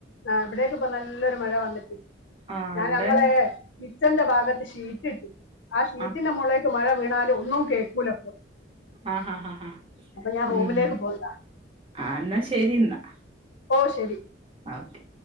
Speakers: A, on the left (about 75°); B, on the right (about 30°).
A: ആഹ് ഇവിടേക്ക് ഇപ്പ നല്ലൊരു മഴ വന്നിക്ക്
B: ആഹ്
A: ഞാൻ
B: ഇവിടെ
A: ഞങ്ങളേ കിച്ചന്റെ ഭാഗത്ത് ഷീറ്റ് ഇട്ട്. ആ ഷീറ്റിന്റെ
B: ആഹ്.
A: മുളേക്ക് മഴ വീണാലും ഒന്നും കേൾക്കൂല
B: ആഹ് ഹാ ഹാ ഹാ
A: അപ്പൊ ഞാൻ റൂമിലേക്ക്
B: ഉം
A: പോകണ്ട
B: ആഹ് എന്നാ ശരി ന്നാ
A: ഓഹ് ശരി
B: ആ ഓക്കെ